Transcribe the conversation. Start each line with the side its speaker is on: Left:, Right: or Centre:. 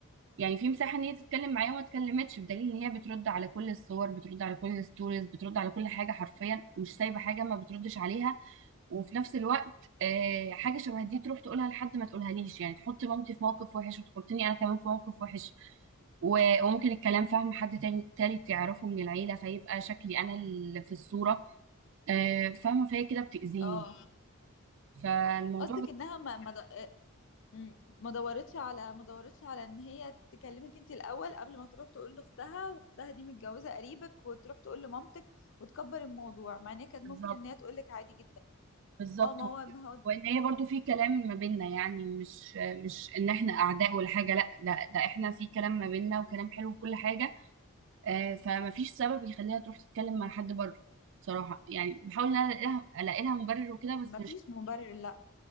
Right: يعني في مساحه ان هي تتكلم معايا وما اتكلمتش بدليل ان هي بترد على كل الصور بترد على كل الستوريز بترد على كل حاجه حرفيا مش سايبه حاجه ما بتردش عليها وفي نفس الوقت آه، حاجه شبه دي تروح تقولها لحد ما تقولهاليش يعني تحط مامتي في موقف وحش وتحطني انا كمان في موقف وحش و- وممكن الكلام فاهم حد تاني تالت يعرفه من العيله فيبقى شكلي انا اللي في الصوره آه، فاهمه فهي كده بتاذيني
Left: اه
Right: فالموضوع
Left: قصدك
Right: بت-
Left: انها ما ما د- آه، مم. ما دورتش على ما دورتش على ان هي تكلمك انت الاول قبل ما تروح تقول لاختها واختها دي متجوزه قريبك وتروح تقول لمامتك وتكبر الموضوع مع ان هي كانت
Right: بالظبط
Left: ممكن ان هي تقول لك عادي جدا
Right: بالظبط
Left: اه ما
Right: و-
Left: هو ما هو
Right: وان هي برضو في كلام ما بيننا يعني مش مش ان احنا اعداء ولا حاجه لا ده ده احنا في كلام ما بيننا وكلام حلو وكل حاجه آه، فمفيش سبب يخليها تروح تتكلم مع حد بره بصراحة يعني بحاول ان انا الاقي لها ألاقي لها مبرر وكده بس
Left: ما فيش
Right: مش
Left: مبرر لا